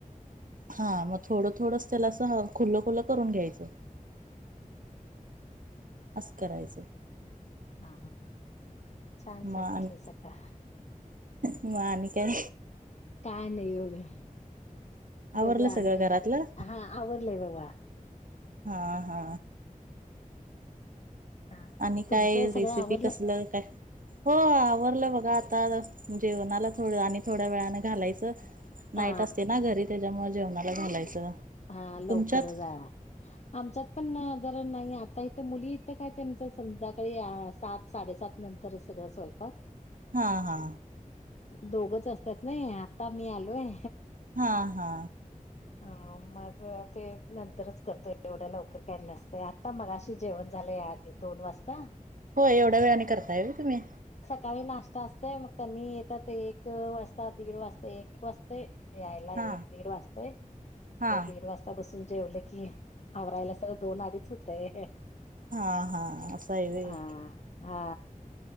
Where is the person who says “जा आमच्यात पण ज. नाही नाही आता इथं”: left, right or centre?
Left